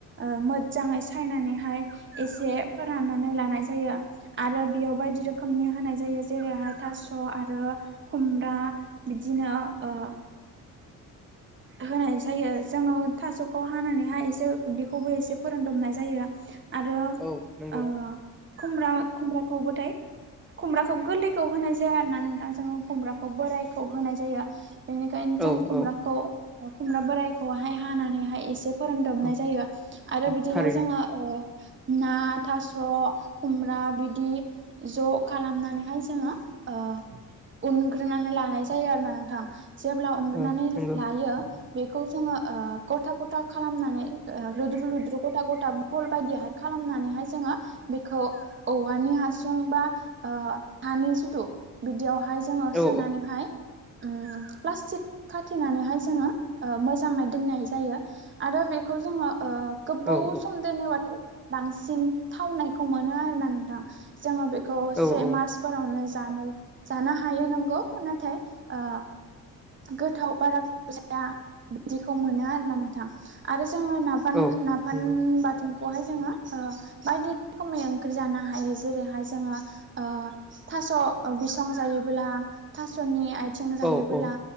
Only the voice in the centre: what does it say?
औ नंगौ
औ
औ
औ
औ
थारैनो
औ नंगौ
औ
औ
औ
औ
औ
नंगौ
औ औ